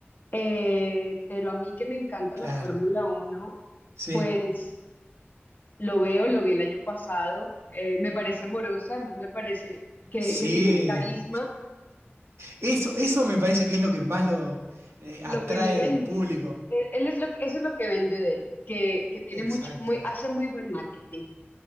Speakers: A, on the left (about 45°); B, on the right (about 80°).
A: Eh, pero a mí que me encanta
B: Claro,
A: la Fórmula Uno,
B: sí.
A: pues. Lo veo, lo vi el año pasado, eh, me parece amoroso, además me parece que,
B: Sí.
A: que tiene un carisma,
B: Eso, eso me parece que es lo que más lo eh,
A: lo
B: atrae
A: que le vende,
B: al público.
A: eh, él es lo, que- eso es lo que vende de él, que, que tiene
B: Exacto.
A: mucho, muy, hace muy buen marketing.